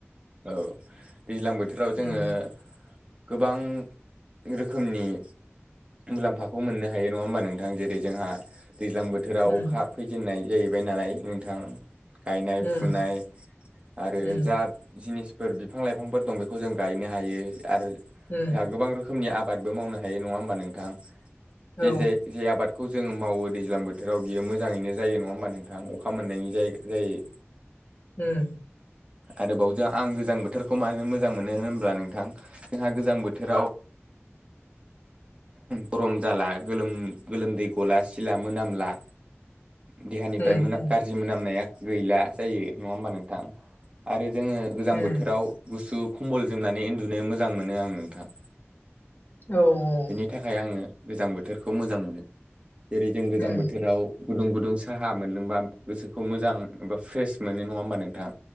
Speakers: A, on the right; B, on the left.
A: औ दैज्लां बोथोराव
B: उम
A: जोङो गोबां रोखोमनि मुलाम्फाखौ मोननो हायो नङा होमबा नोंथां। जेरै जोंहा दैज्लां बो बोथोराव
B: उम
A: अखा फैजेननाय जाहैबाय नालाय नोंथां गायनाय-फुनाय
B: उम
A: आरो
B: उम
A: जा खिनि फोर बिफां लाइफांफोर दं बेखौ जों गायनो हायो आरो
B: उम
A: जोंहा गोबां रोखोम खोमनि आबादबो मावनो हायो नङा होमबा नोंथां जे
B: औ
A: जे जे आबाद खौ जोंङो मावो दैज्लां बोथोराव बियो मोजाङैनो जायो नङा होमबा नों थां अखा मोननायनि जाय जायो
B: उम।
A: आरोबावजा आं गोजां बोथोरखौ मानो मोजां मोनो होनब्ला नोंथां। जोंहा गोजां बोथोराव गरम जाला गोलोम गोलोमदै गला सिला मोनामला देहानिफ्राय
B: उम
A: मोनाम
B: उम
A: गाज्रि मोनामनाया गैला जायो नङा होमबा नोंथां आरो जोंङो गोजां
B: उम
A: बोथोराव गुसु खम्बल जोमनानै उन्दुनो मोजां मोनो आं नोंथां।
B: औ औ
A: बेनि थाखाय आङो गोजां बोथोरखौ मोजां मोनो जेरै जों गोजां
B: उम
A: बोथोराव गुदुं गुदुं साहा मोनदोंबा गोसोखौ मोजां एबा फ्रेस मोनो नङा होमबा नोंथां।